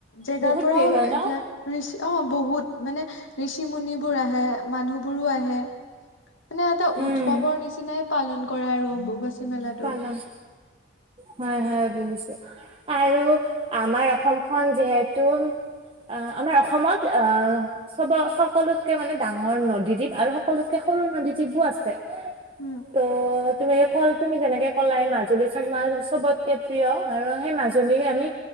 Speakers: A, on the left; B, on the right.
A: জেগাৰ
B: বহুত
A: পৰাও
B: ভিৰ হয়
A: এইবিলাক
B: ন
A: ঋষি অ বহুত মানে ঋষি-মুনিবোৰ আহে, মানুহবোৰো আহে। মানে এটা
B: উম
A: উৎসৱৰ নিচিনাই পালন কৰে আৰু অম্বুবাচী। মেলাটো।
B: পালন হয় হয় বুজিছো। আৰু আমাৰ অসমখন যিহেতু আ আমাৰ অসমত আ সব সকলোতকে মানে ডাঙৰ নদীদ্বীপ আৰু সকলোতকে সৰু নদীদ্বীপো আছে।
A: উম।
B: ত তুমি এ কল তুমি যেনেকে ক'লাই মাজুলী চ ম চবতকে প্ৰিয় আৰু সেই মাজুলীৰ আমি